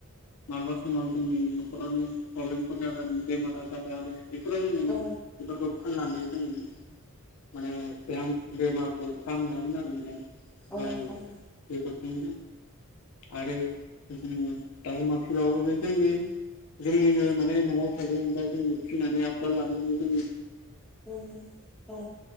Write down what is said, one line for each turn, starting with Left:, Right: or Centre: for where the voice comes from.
Left: मालाबा समाव जोंनि न'खरावनो प्लबेम। जागोन बेमार आजार जागोन बेफोरो जोङो मोन
Centre: औ
Left: बेफोरखौ फाननानै जोङो। माने बेराम बेमारखौ फाहामनो हागोन आरो।
Centre: औ
Left: ओ
Centre: हायो
Left: बेफोरथिं आरो जिखुनु दाउ अमा फिबाबो बे जोंनि जोंनिनो माने न'आव थागोन बा जोंनो फिनानै आबदाल लानानै जोंनि
Centre: उम औ